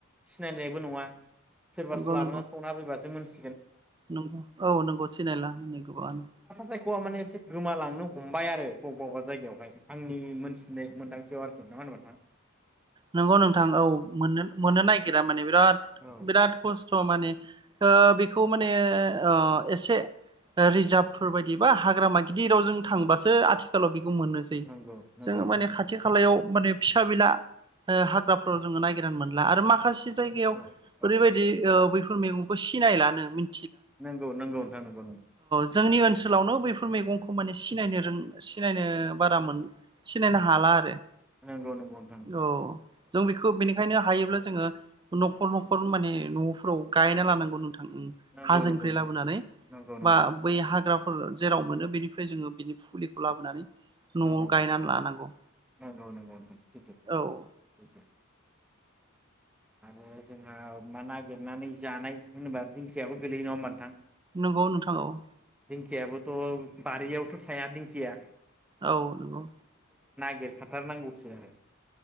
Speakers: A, in the centre; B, on the right.
A: सिनायनायबो नङा। सोरबासो
B: नंगौ
A: लाबोना
B: नंगौ
A: संना होफैबासो मोनथि
B: नंगौ औ नंगौ सिनायला होनो गोबाङानो
A: साइखौआ माने एसे गोमालांनो हमबाय आरो वावबा वावबा जायगायावहाय आंनि मोनथिनाय मोन्दांथियाव आरोखि नङा होनबा नोंथां?
B: नोंगौ नोंथां औ मोननो मोननो नागिरा माने बिराद
A: औ
B: बिराद खस्थ माने ओ बेखौ माने ओ एसे रिजार्भफोर बायदि बा हाग्रमा गिदिर रावजों थांबासो आथिखालाव मोनसै
A: नंगौ नंगौ
B: जोंङो
A: नंगौ नोंथां
B: माने
A: नंगौ
B: खाथिखालयाव माने फिसाबिला ओ हाग्राफोराव जोङो नायगिरनानै मोनला आरो माखासे जायगायाव
A: औ
B: ओरै
A: नोंथां
B: बायदि ओ बैफो मैगंखौ सिनायलानो मिन
A: नंगौ नंगौ नोंथां नंगौ नंगौ
B: जोंनि ओनसोलावनो बैफोर मैगंखौ माने सिनायनो रों सिनायनो बारा मोन सिनायनो हाला आरो
A: नोंगौ नोंगौ
B: औ जों बेखौ बेनिखायनो हायो ब्ला जोङो नखर नखर माने नफोराव गायना लानांगौ नोंथां
A: नंगौ
B: हाजोनिफ्राय
A: नंगौ नोंथां
B: लाबोनानै
A: नंगौ नंगौ
B: बा बै हाग्रा ब जेराव मोनो बेनिफ्राय जोङो बिनि फुलिखौ लाबोनानै न'आव
A: नंगौ नोंथां
B: गायनानै लानांगौ
A: नंगौ नंगौ नोंथां सैथो
B: औ
A: सैथो आरो जोंहा मा नागिरनानै जानाय होनोबा दिंखियाबो गोलैयो नङा होनबा नोंथां
B: नंगौ नोंथां औ
A: दिंखियाबोथ बारियावथ थाया दिंखिया
B: औ नंगौ
A: गिरखाथारनांगौसो आरो